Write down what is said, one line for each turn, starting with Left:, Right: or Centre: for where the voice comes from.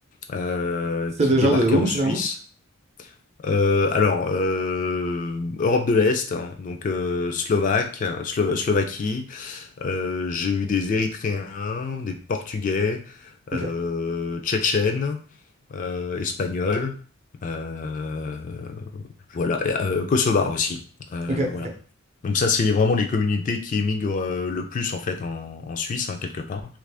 Left: euh,
Right: C'est
Left: qui
Right: des
Left: débarquaient
Right: gens de où,
Left: en
Right: généralement?
Left: Suisse. Euh, alors, euh, Europe de l'Est, hein, donc euh, Slovaque, Slo- Slovaquie. Euh, j'ai eu des Érythréens, des Portugais, euh,
Right: OK.
Left: Tchétchènes, euh, Espagnols. euh, voilà, et, euh, Kosovar aussi. Euh,
Right: OK. OK.
Left: voilà. Donc ça, c'est vraiment les communautés qui émigrent euh, le plus en fait en, en Suisse, hein, quelque part.